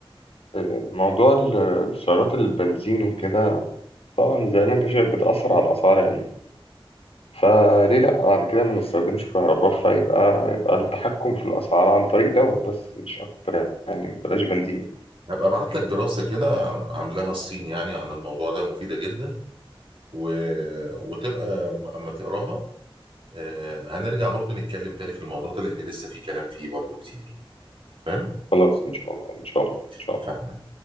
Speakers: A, on the left (about 80°); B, on the right (about 60°).
A: آه، موضوع ال- السيارات البنزين وكده طبعا زي ما أنت شايف بتأثر على الأسعار يعني فليه لأ بعد كده ما نستخدمش كهرباء فيبقى يبقى التحكم في الأسعار عن طريق دوت بس مش أكتر يعني بلاش بنزين
B: هبقى ابعت لك دراسه كده عاملاها الصين يعني عن الموضوع ده مفيده جدا و... وتبقى اما تقراها آه، هنرجع برضو نتكلم تاني في الموضوع ده لان لسه في كلام فيه برضو كتير تمام
A: خلاص إن شاء الله إن شاء الله إن شاء
B: اتفقنا.
A: الله